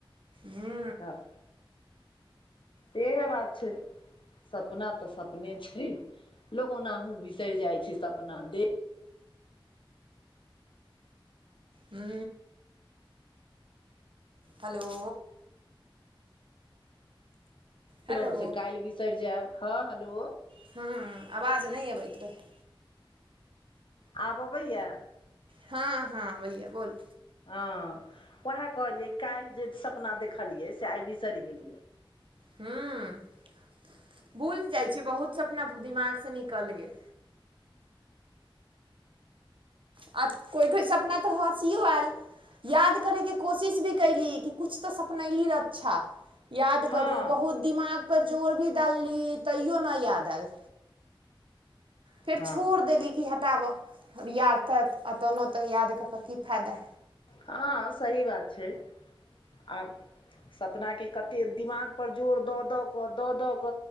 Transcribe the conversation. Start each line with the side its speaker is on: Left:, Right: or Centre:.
Right: हू
Left: तऽ सेहे बात छै <inaudible> सपना तऽ सपने छै लोग अनाहुँ <unintelligible> जाय छै सपना दे
Right: हू हलो हेलो
Left: <unintelligible> स काइल बिसैर जाइब ह हेलो
Right: हु आवाज नै अबैत रहै
Left: आब अबै यऽ
Right: हँ हँ आबै बोल
Left: हँ वैह कहलियै काल्हि जे सपना देखलियै से आइ बिसेर गेलियै
Right: हूँ <inaudible> भूल जाय छै बहुत सपना दिमाग स निकल गेल आ कोइ कोइ सपना तऽ हँसिओ ऐल याद करैके कोशिश भी कैली कि किछु तऽ सपनैली र अच्छा। याद
Left: हँ
Right: करू बहुत दिमाग पर जोर भी डालली तैयो नै याद ऐल फेर छोड़ि
Left: हँ
Right: देली कि हटाब याद तत आ तऽ ना तऽ याद कऽ कऽ की फायदा
Left: हँ सही बात छै <inaudible> आब सपना केँ कते दिमाग पर जोर दऽ दऽक दऽ दऽक।